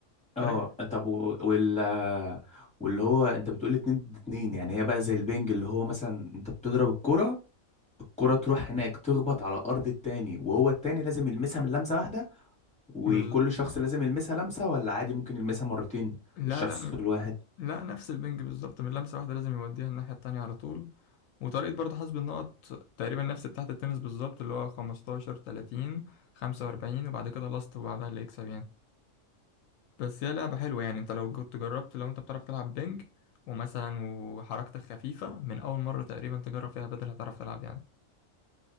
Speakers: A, in the centre; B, on the left.
A: اه
B: طريق
A: طب و- وال واللي هو انت بتقول اتنين ضد اتنين يعني هي بقى زي البينج اللي هو مثلا انت بتضرب الكرة الكرة تروح هناك تخبط على ارض التاني وهو التاني لازم يلمسها من لمسة واحدة وكل
B: بز...
A: شخص لازم يلمسها لمسة ولا عادي ممكن يلمسها مرتين
B: لا
A: الشخص
B: لا
A: الواحد
B: لا نفس البنج بالظبط من لمسة واحدة لازم يوديها الناحية التانية على طول وطريقة برضه حسب النقط تقريبا نفس بتاعة التنس بالظبط اللي هو 15 30 45 وبعد كده لاست وبعدها اللي يكسب يعني بس هي لعبة حلوة يعني انت لو كنت جربت لو انت بتعرف تلعب بنج ومثلا وحركتك خفيفة من أول مرة تقريبا تجرب فيها بدل هتعرف تلعب يعني